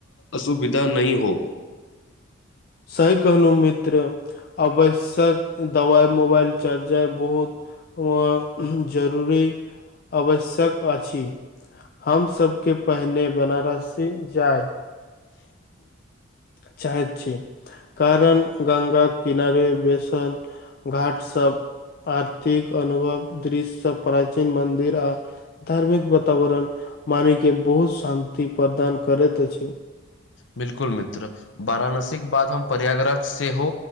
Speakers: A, on the left; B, on the left.
A: असुविधा नहि हो
B: सही कहलहुँ मित्र आवश्यक दबाइ मोबाइल चार्जर बहुत अ जरूरी आवश्यक अछि हमसभके पहिने बनारसी जाइ चाहैत छी कारण गंगा क किनारे बेसन घाटसभ आर्थिक अनुभव दृश्यसँ प्राचीन मन्दिर आ धार्मिक वातावरण मानी के बहुत शान्ति प्रदान करैत अछि
A: बिल्कुल मित्र वाराणसीक के बाद हम प्रयागराज सेहो